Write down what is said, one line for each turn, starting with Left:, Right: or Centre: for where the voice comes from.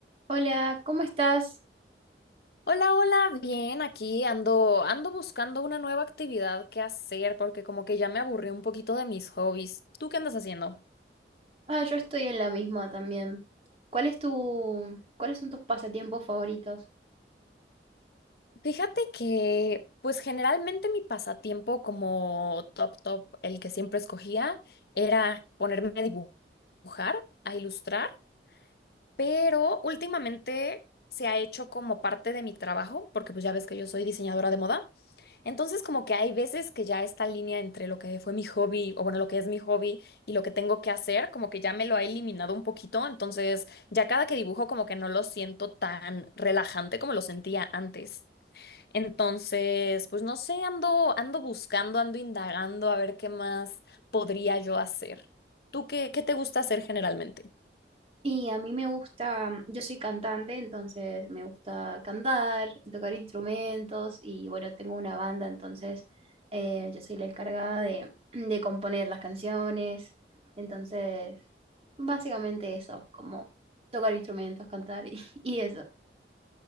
Right: Hola, ¿cómo estás?
Left: Hola, hola, bien, aquí ando, ando buscando una nueva actividad que hacer porque como que ya me aburrí un poquito de mis hobbies. ¿Tú qué andas haciendo?
Right: Ah, yo estoy en la misma también. ¿Cuál es tu, cuáles son tus pasatiempos favoritos?
Left: Fíjate que, pues generalmente mi pasatiempo como top top, el que siempre escogía, era ponerme a dibujar, a ilustrar, pero últimamente se ha hecho como parte de mi trabajo, porque pues ya ves que yo soy diseñadora de moda. Entonces, como que hay veces que ya esta línea entre lo que fue mi hobby, o bueno, lo que es mi hobby y lo que tengo que hacer, como que ya me lo ha eliminado un poquito. Entonces, ya cada que dibujo, como que no lo siento tan relajante como lo sentía antes. Entonces, pues no sé, ando, ando buscando, ando indagando a ver qué más podría yo hacer. ¿Tú qué, qué te gusta hacer generalmente?
Right: Y a mí me gusta, mm, yo soy cantante, entonces me gusta cantar, tocar instrumentos y bueno, tengo una banda, entonces eh, yo soy la encargada de, <clears throat> de componer las canciones. Entonces, básicamente eso, como tocar instrumentos, cantar y, <laughs> y eso.